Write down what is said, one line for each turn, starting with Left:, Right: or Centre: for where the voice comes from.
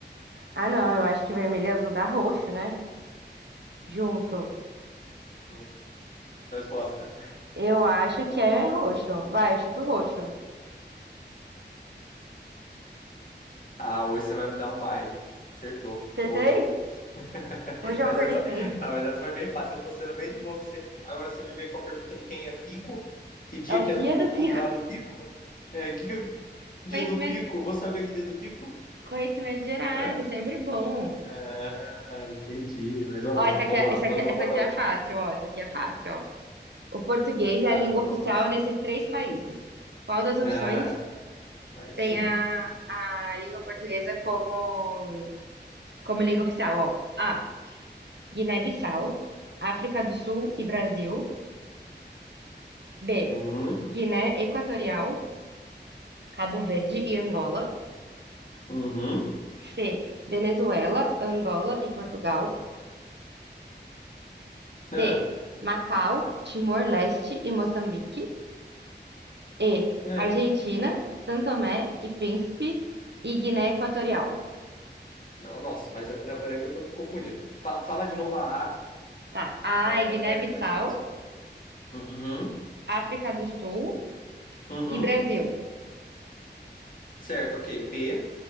Right: Ah, não, eu acho que vermelho e azul dá roxo, né? Junto.
Left: Não sei a resposta.
Right: Eu acho que é roxo. Vai, eu chuto roxo.
Left: Ah, hoje você vai me dar um baile. Acertou.
Right: Acertei?
Left: Roxo. <laughs>
Right: Hoje eu
Left: Mas
Right: acordei
Left: essa,
Right: bem.
Left: ah, mas essa foi bem fácil. Eu tô sendo bem de boa. Que você... Agora você me vem com a pergunta de quem é Fico. Que dia
Right: É o
Left: que
Right: dia
Left: é do
Right: do
Left: de
Right: fico.
Left: comemorar
Right: <laughs>
Left: do Fico? É, que que é o dia
Right: Conhecimento,
Left: do Fico? Vou saber que dia do Fico?
Right: conhecimento gerais,
Left: Hã?
Right: é sempre bom.
Left: Ah, entendi. Mas vamos
Right: Ó, essa
Left: lá,
Right: aqui
Left: vamos
Right: é,
Left: lá.
Right: essa
Left: Manda
Right: aqui é-
Left: uma,
Right: essa
Left: manda
Right: aqui é
Left: outra.
Right: fácil, ó. Essa aqui é fácil, ó. O português é
Left: Tá,
Right: a língua
Left: manda
Right: oficial
Left: uma fácil.
Right: nesses três países. Qual das
Left: Ah,
Right: opções
Left: aí
Right: tem
Left: sim.
Right: a, a língua portuguesa como, como língua oficial? Ó, A. Guiné-Bissau, África do Sul e Brasil. B.
Left: Uhum,
Right: Guiné Equatorial, Cabo Verde e Angola.
Left: uhum.
Right: C. Venezuela, Angola e Portugal.
Left: Ah,
Right: D. Macau, Timor-Leste e Moçambique. E.
Left: ah.
Right: Argentina, São Tomé e Príncipe e Guiné Equatorial.
Left: Não, Nossa, mas não, peraí que eu tô me confundindo. Fa- fala de novo a A,
Right: Tá. A
Left: é,
Right: é Guiné-Bissau,
Left: pra eu ver se eu consigo. Uhum,
Right: África do Sul
Left: uhum.
Right: e Brasil.
Left: Certo, ok. B.